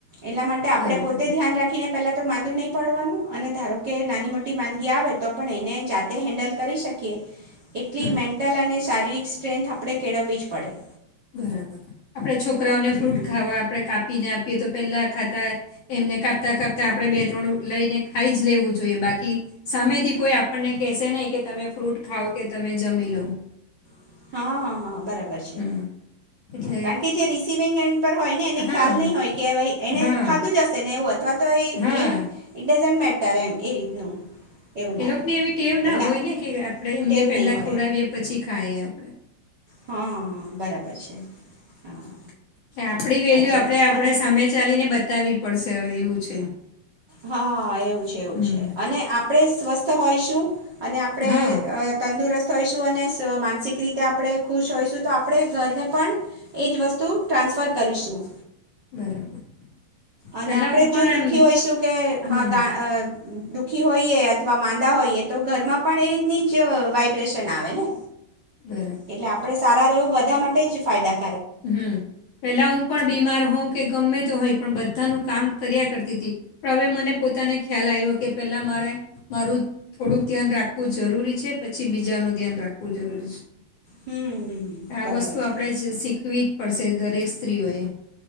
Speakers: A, on the right; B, on the left.
A: એટલા માટે આપણે
B: બરાબર
A: પોતે ધ્યાન રાખીને પેલા માંદુ નહી પડવાનું અને ધારો કે નાની મોટી માંદગી આવે તો પણ એને જાતે હેન્ડલ કરી શકીએ. એટલી
B: હમ
A: મેન્ટલ અને શારીરિક સ્ટ્રેન્થ આપણે કેળવવી જ પડે.
B: બરાબર, આપણે છોક રાઓને
A: હમ
B: ફ્રૂટ ખાવા આપણે કાપીને આપ એ તો પહેલા ખાતા, એમને કાપતા કાપતા આપણે બે ત્રણ લઈને ખાઈ જ લેવું જોઈએ બાકી સામેથી કોઈ આપણને કેશે નઈ કે તમે ફ્રૂટ ખાવ કે તમે જમી લો.
A: હં, હં, હં બ રાબર છે,
B: હમ એટલે
A: કાણ કે જે રિસિવિંગ એન્ડ પર હોય ને એને
B: હા
A: ખ્યાલ નઈ હોય કે ભઈ એને
B: હા
A: ખાધું જ હશે ને એવું અથવા એ
B: હા
A: એ ઇટ ડઝન્ટ મે ટર એમ. એ રીતનું એવું
B: એ
A: લાગે
B: લોકને એવી ટેવ ના
A: એટલે
B: હોય ને કે આપડે એમને
A: ટેવ
B: પેલા
A: નહીં
B: ખવડાવીએ પછી ખાએ એમ
A: હં, બરાબર છે, હા.
B: કે આપડી વેલ્યુ
A: સાચી
B: આપડે
A: વાત છે
B: આપડે
A: અને
B: સામે ચાલીને બતાવવી પડશે હવે એવુ છે.
A: હાં એવું છે એવું
B: હમ
A: છે અને આપણેે સ્વસ્થ હોઈશું અને આપડે
B: હા
A: તંદુરસ્ત ત હોઈશુ અને સ્વ માનસિક રીતે આપણે ખુશ હોયશું તો આપણે ઘરને પણ એજ વસ્તુ ટ્રાન્સફર કરીશું.
B: બરાબર.
A: અને
B: પેલા
A: આપણેે
B: હું પણ
A: જ જો દુઃખી
B: એમ
A: હોયશું કે
B: હમ
A: હા ગા દુઃખી હોઈએ અથવા માંદા હોઈએ તો ઘરમાં પણ એ રીતની જ વાઈબ્રેશન આવે ને.
B: બરાબર
A: એટલે આપડે સારા રહેવું બધા મા જ ફાયદા
B: હમ પેલા હું પણ બીમાર હોઉં કે ગમે તો હોય પણ બધાનું કામ કર્યા કરતી હતી પણ હવે મને પોતાને ખ્યાલ આવ્યો કે પેલા મારે મારું થોડુંક ધ્યાન રાખવું જરૂરી છે પછી બીજાનું ધ્યાન રાખવું જરૂરી છે.
A: હમ હમ,
B: આ
A: બરાબર
B: વસ્તુ આપણેે
A: છે
B: જ શીખ પડશે દરેક સ્ત્રીઓએ